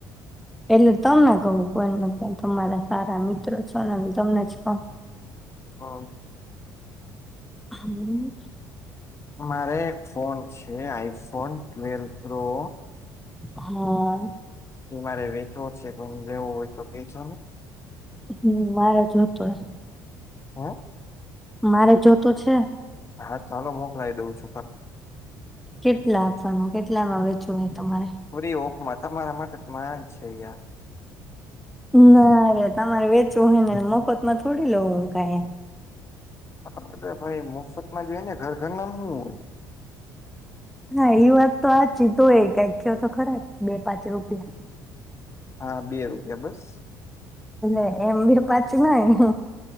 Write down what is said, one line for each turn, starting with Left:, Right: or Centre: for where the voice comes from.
Centre: એટલે તમને કહું કો નથી તમારા સારા મિત્રો છો ને તમને જ કહું.
Left: હા.
Centre: હમ્મ.
Left: મારે એક ફોન છે આઈફોન ટ્વેલ પ્રો.
Centre: હા.
Left: એ મારે વેચવો છે કે લેવો હોય તો કેજો ને.
Centre: હમ્મ મારે જો તો હૈ.
Left: હા.
Centre: મારે જો તો છે.
Left: હા ચાલો મોકલાઈ દઉં છું ખા
Centre: કેટલા આપવાના, કેટલામાં વેચવું હોય તમારે?
Left: મોરી ઓપમા તમારા માટે માજ છે યાર.
Centre: ના રે તમારે વેચવું હોય ને માર મફત માં થોડી લઉવ હું કા.
Left: હાટ ભાઈ મફત માં જોઈ ને ઘર ઘર નામવું હોય?
Centre: હા એ વાત તો આ હાચી તો એ કંખ્યો તો ખરા બે પાંચ રૂપિયા.
Left: હા બે રૂપિયા બસ.
Centre: એટલે એમ બી પાછી નાય હ.